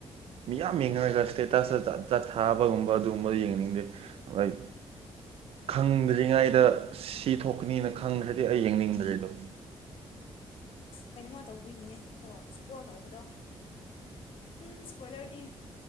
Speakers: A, on the right (about 70°); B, on the left (about 60°).
A: ꯃꯤꯌꯥꯝ ꯌꯦꯡꯅꯔꯒ ꯏꯁꯇꯦꯇꯁꯇ ꯆꯠꯊꯥꯕꯒꯨꯝꯕ ꯑꯗꯨꯒꯨꯝꯕ ꯌꯦꯡꯅꯤꯡꯗꯦ ꯑꯩ ꯈꯪꯗ꯭ꯔꯤꯉꯩꯗ ꯁꯤ ꯊꯣꯛꯀꯅꯤꯅ ꯈ ꯐꯪꯈ꯭ꯔꯗꯤ ꯑꯩ ꯌꯦꯡꯅꯤꯡꯗꯔꯤꯗꯣ
B: ꯀꯩꯅꯣꯝꯃ ꯇꯧꯕꯤꯒꯤꯅꯦ ꯀꯣ ꯁꯄꯣꯏꯜ ꯇꯧꯕꯗꯣ ꯎꯝ ꯏꯁꯄꯣꯏꯂꯔꯗꯤ